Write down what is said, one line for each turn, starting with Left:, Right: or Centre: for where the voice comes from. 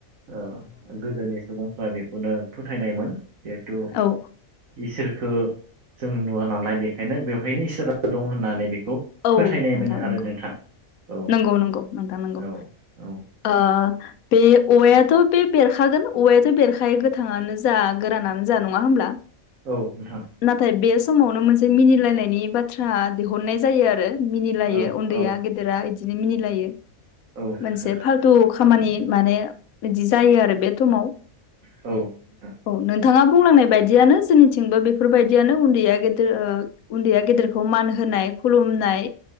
Right: औ गोदोनि सुबुंफोरा बेखौ खौनो फोथायनायमोन जिहेथु
Left: औ
Right: इसोरखो जों नुवा नालाय बेखायनो बेवहायनो इसोरा दं होननानै बेखौ
Left: औ
Right: फोथायनाय
Left: नोंथां
Right: मोनो आरो
Left: नगौ
Right: नोंथां औ
Left: नंगौ नंगौ नोंथां नंगौ
Right: औ औ
Left: ओ बे औवायाथ' बे बेरखागोन औवायाथ' बेरखायो गोथाङानो जा गोरानानो जा नङा होमब्ला
Right: औ नोंथां
Left: नाथाय बे समावनो मोनसे मिनिलायनायनि बाथ्रा दिहुननाय जायो आरो मिनिलायो
Right: औ
Left: उनदैया
Right: औ
Left: गेदेरा इदिनो मिनिलायो
Right: औ नोंथां
Left: मोनसे फालथु खामानि
Right: औ
Left: माने बिदि जायो आरो बे समाव
Right: औ नोंथां
Left: औ नोंथाङा बुंलांनाय बायदियानो जोंनिथिंबो बेफोरबायदियानो उन्दैया गेदेर ओ उन्दैया गेदेरखौ मान होनाय खुलुमनाय